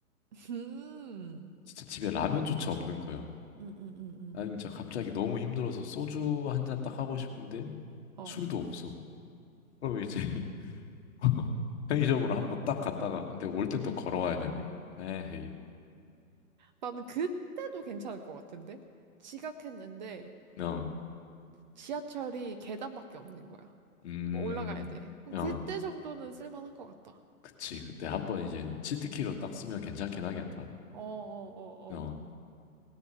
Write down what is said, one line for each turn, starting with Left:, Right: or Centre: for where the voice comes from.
Right: 음,
Left: 진짜 집에 라면조차 없는 거야.
Right: 음, 음, 음, 음, 음.
Left: 아니면 진짜 갑자기 너무 힘들어서 소주 한 잔 딱 하고 싶은데
Right: 어,
Left: 술도 없어. 그럼 이제 <laughs> 편의점으로 한번
Right: 음,
Left: 딱 갔다가 근데 올 땐 또
Right: 음,
Left: 걸어와야
Right: 음.
Left: 되네. 에헤이.
Right: 나는 그때도 괜찮을 것 같은데? 지각했는데
Left: 어.
Right: 지하철이 계단밖에 없는 거야.
Left: 음.
Right: 뭐 올라가야 돼. 그럼
Left: 어.
Right: 그때 정도는 쓸만한 것 같다.
Left: 그치. 그때 한번 이제 치트키로 딱 쓰면 괜찮긴 하겠다.
Right: 어, 어, 어,
Left: 어,
Right: 어.